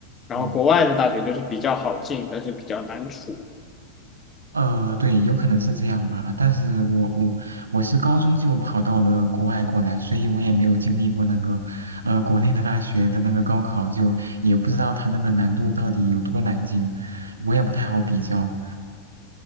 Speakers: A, on the left; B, on the right.
A: 然后国外的大学就是比较好进，
B: 嗯。
A: 但是比较难出。
B: 呃，对，有可能是这样吧，但是我我我是高中就跑到了国外过来，所以我也没有经历过那个，呃，国内的大学的那个高考，就也不知道它那个难度到底有多难进，我也不太好比较